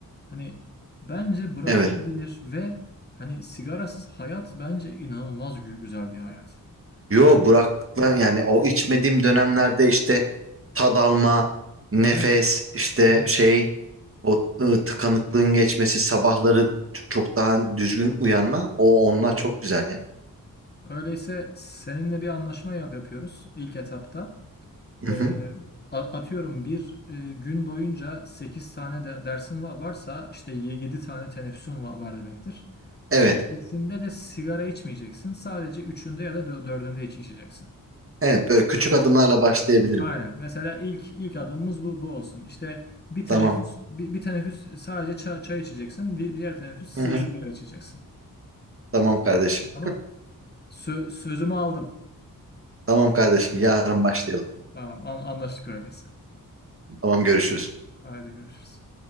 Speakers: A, on the left; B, on the right.
A: Hani bence bırakılabilir
B: Evet.
A: ve hani sigarasız hayat bence inanılmaz gü- güzel bir hayat.
B: Yo
A: Hani
B: Burak'la yani o içmediğim dönemlerde işte tad alma, nefes,
A: evet
B: işte
A: evet.
B: şey o ı, tıkanıklığın geçmesi, sabahları çok daha düzgün uyanma o onlar
A: Hı hı.
B: çok güzel ya.
A: Öyleyse seninle bir anlaşma yap yapıyoruz ilk etapta.
B: Hı
A: E,
B: hı.
A: a- atıyorum bir e, gün boyunca 8 tane de dersim va- varsa işte 7 tane teneffüsün va- var demektir.
B: Evet.
A: Yedisinde de sigara içmeyeceksin. Sadece üçünde ya da dördünde iç içeceksin.
B: Evet böyle küçük adımlarla başlayabilirim.
A: Aynen. Mesela ilk ilk adımımız bu bu olsun. İşte bir teneffüs
B: Tamam.
A: bir, bir teneffüs sadece çay, çay içeceksin. Di- diğer teneffüs si-
B: Hı hı.
A: sigara içeceksin.
B: Tamam kardeşim.
A: Tamam. Sö- sözümü aldım.
B: Tamam kardeşim yarın
A: Tamam.
B: başlayalım.
A: Tamam. An- anlaştık öyleyse.
B: Tamam görüşürüz.
A: Haydi görüşürüz.